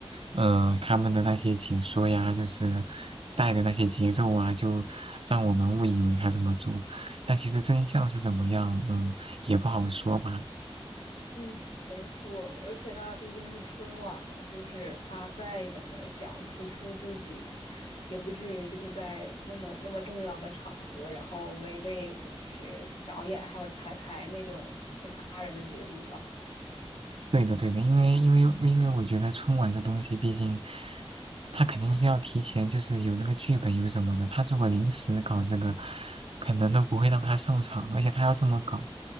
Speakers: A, on the right; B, on the left.
A: 呃，他们的那些解说呀，就是带的那些节奏啊，就让我们误以为他这么做。但其实真相是怎么样，嗯，也不好说吧。
B: 嗯，没错，而且那毕竟是春晚嘛，就是他再怎么想突出自己，也不至于就是在那么那么重要的场合，然后违背就是导演还有彩排那种其他人的决定吧。
A: 对的，对的，因为因为因为我觉得春晚这东西，毕竟他肯定是要提前，就是有那个剧本有什么的。他如果临时搞这个，可能都不会让他上场，而且他要这么搞，